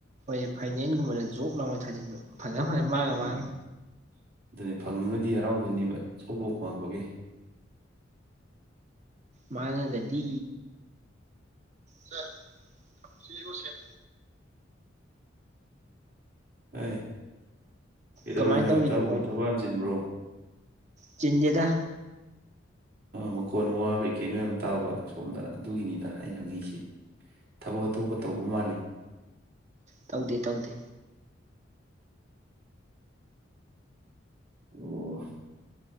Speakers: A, on the right (about 40°); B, on the right (about 55°).
A: ꯑꯩ ꯐꯥꯏꯅꯦꯟꯁꯒꯨꯝꯕꯗ ꯖꯣꯕ ꯂꯥꯎ ꯊꯥꯖꯤꯟꯕ ꯐꯪꯉ ꯐꯪꯉ ꯃꯥꯡꯉ
B: ꯎꯝ
A: ꯃꯥꯡꯉꯦ
B: ꯑꯗꯨꯅꯤ ꯐꯪꯉꯒꯗꯤ ꯍꯔꯥꯎꯗꯣꯏꯅꯦꯕ ꯁꯣꯞ ꯂꯣꯛ ꯄꯥꯡꯉꯄꯒꯤ
A: ꯃꯥꯡꯉꯥꯒꯗꯤ ꯁꯦ ꯁꯤꯁꯨ ꯁꯦꯠ
B: ꯍ ꯀꯩꯗꯧꯔꯤꯅꯣ
A: ꯀꯃꯥꯏꯅ ꯇꯧꯔꯤꯒꯦ
B: ꯏꯇꯥꯎꯕꯨ
A: ꯚꯥꯏ
B: ꯊꯕꯛ ꯌꯥꯝ ꯆꯤꯟꯕ꯭ꯔꯣ
A: ꯆꯤꯟꯗꯦꯗ
B: ꯃꯈꯣꯟ ꯋꯥ ꯀꯩꯀꯩꯅꯣ ꯌꯥꯝ ꯇꯥꯕ ꯁꯣꯝꯗ ꯑꯗꯨꯒꯤꯅꯤꯗ ꯑꯩꯅ ꯍꯪꯉꯛꯏꯁꯦ ꯊꯕꯛ ꯑꯇꯣꯞꯄ ꯇꯧꯕ ꯃꯥꯜꯂꯤ
A: ꯇꯧꯗꯦ ꯇꯧꯗꯦ
B: ꯑꯣ